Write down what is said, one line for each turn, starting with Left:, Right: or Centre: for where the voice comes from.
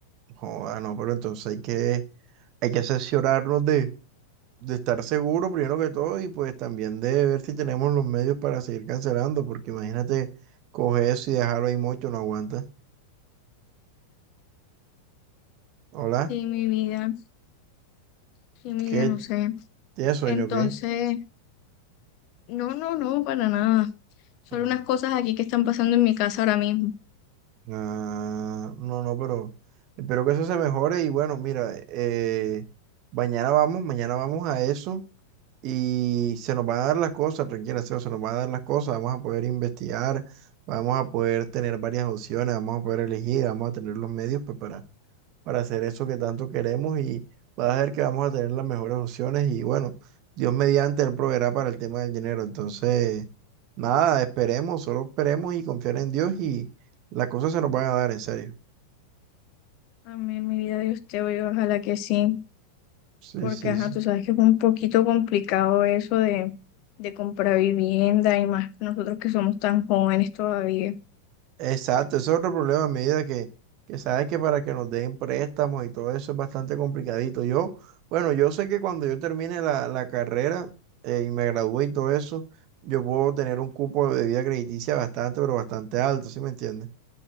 Right: Joda, no, pero entonces hay que, hay que asesorarnos de, de estar seguro primero que todo y pues también de ver si tenemos los medios para seguir cancelando, porque imagínate coger eso y dejarlo ahí mucho, no aguanta. Hola,
Left: Sí, mi vida, sí, mi
Right: ¿qué?
Left: vida, no sé.
Right: ¿Tienes sueño
Left: Entonces,
Right: o qué?
Left: no, no, no, para nada. Solo
Right: Mm.
Left: unas cosas aquí que están pasando en mi casa ahora mismo.
Right: Ah, no, no, pero espero que eso se mejore y bueno, mira, eh, mañana vamos, mañana vamos a eso y se nos van a dar las cosas, tranquila, Seba, se nos van a dar las cosas, vamos a poder investigar, vamos a poder tener varias opciones, vamos a poder elegir, vamos a tener los medios pues, para para hacer eso que tanto queremos y vas a ver que vamos a tener las mejores opciones y bueno, Dios mediante, Él proveerá para el tema del dinero. Entonces, nada, esperemos, solo esperemos y confiar en Dios y las cosas se nos van a dar, en serio.
Left: Amén, mi vida de usted, oye, ojalá que sí.
Right: Sí,
Left: Porque,
Right: sí,
Left: ajá,
Right: sí.
Left: tú sabes que es un poquito complicado eso de, de comprar vivienda y más nosotros que somos tan jóvenes todavía.
Right: Exacto, ese es otro problema a medida que, que sabes que para que nos den préstamos y todo eso es bastante complicadito. Yo, bueno, yo sé que cuando yo termine la, la carrera eh, y me gradúe y todo eso, yo puedo tener un cupo de debida crediticia bastante, pero bastante alto, ¿sí me entiendes?